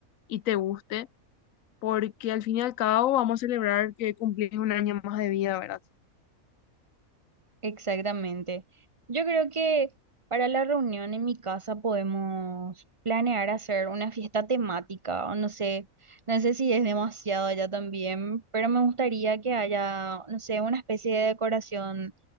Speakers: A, on the left; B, on the right.
A: y te guste, porque al fin y al cabo vamos a celebrar que cumplís un año más de vida, ¿verdad?
B: Exactamente. Yo creo que para la reunión en mi casa podemos planear hacer una fiesta temática, o no sé, no sé si es demasiado allá también, pero me gustaría que haya, no sé, una especie de decoración